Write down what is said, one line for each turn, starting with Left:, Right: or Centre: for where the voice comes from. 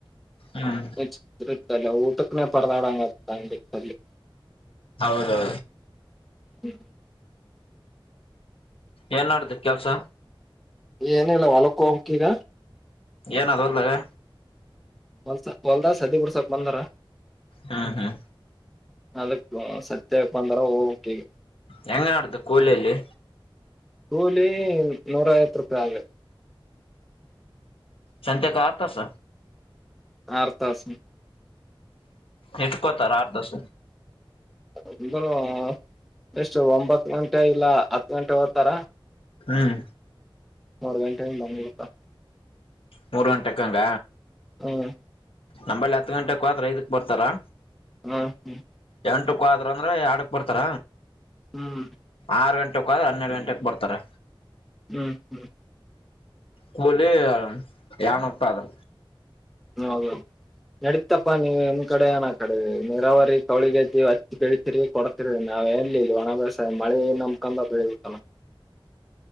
Left: ಹ್ಮ್
Centre: ಚ ಇತಲ್ಲ ಊಟಕ್ಕನೇ ಪರ್ದಾಡಂಗ ಆತಂಗಿತ್ತಲ್ಲಿ
Left: ಹೌದೌದು
Centre: ಹ್ಮ
Left: ಏನ್ ಮಾಡ್ದ ಕೆಲ್ಸ
Centre: ಏನಿಲ್ಲ ಹೊಲಕ್ಕ ಹಕ್ಕ ಈಗ
Left: ಏನದು ಹೋದದೆ
Centre: ಹೊಲ್ಸ ಹೊಲ್ದಾಸ್ ಹದಿ ಬಿುಡ್ ಸ್ವಲ್ಪ ಬಂದಾರ
Left: ಹ್ಮ್ ಹ್ಮ್
Centre: ಅದಕ್ ಸತ್ಯ ಬಂದಾರ ಹೋಗಕ್ ಈಗ
Left: ಹೆಂಗ ನಡ್ದ ಕೂಲಿಯಲ್ಲಿ
Centre: ಕೂಲಿ ನೂರಾಯತ್ ರೂಪಾಯಿ ಆಗ
Left: ಸಂಂತೆಕ ಅರ್ಥಸ
Centre: ಆರ್ತಾಸ
Left: ಎಟು ಪತ ಆರ್ತಸ
Centre: ಅಂದರು ಎಷ್ಟು ಒಂಬತ್ ಗಂಟೆ ಇಲ್ಲ ಹತ್ ಗಂಟೆ ಓ್ತಾರ
Left: ಹ್ಮ್.
Centre: ಮೋರ ಗಂಟೆ. <unintelligible>
Left: ಮೂರ್ ಗಂಟೆಕ್ಕಂಗ.
Centre: ಹ್ಮ್.
Left: ನಂಬಲ್ಲಿ ಹತ್ತು ಗಂಟೆ ಕತ್ರ ಇದಕ್ ಬರ್ತಾರಾ.
Centre: ಹ್ಮ ಹ್ಮ್.
Left: ಎಂಟಕ್ಕ ಆದ್ರ ಅಂದ್ರೆ ಎಡಕ್ ಬರ್ತಾರ
Centre: ಹ್ಮ್ ಹ್ಮ್
Left: ಆರು ಗಂಟೆ. ಹನ್ನೆರಡು ಗಂಟೆಗೆ ಬರ್ತಾರೆ.
Centre: ಹ್ಮ್ ಹ್ಮ್.
Left: ಕೂಲಿ ಏಳು ನೂರು ಪಾಯಿ ಅದು.
Centre: ಹೌದದು ನಡೀತಪ್ಪಾ ನೀವು ನಿಮ್ ಕಡೆ ಏನ. ಕಡೆ ನೀರಾವರಿ ಕೌಳಿಗೆಜ್ಜಿ ಹಚ್ಚಿ ಬೆಳತಿರಿ ಕೊಡ್ತಿರ ನಾವ್ ಎಲ್ಲಿ ಇಲ್ಲಿ ಒಣಭ್ಯಾಸ ಮಳೆನ. <unintelligible>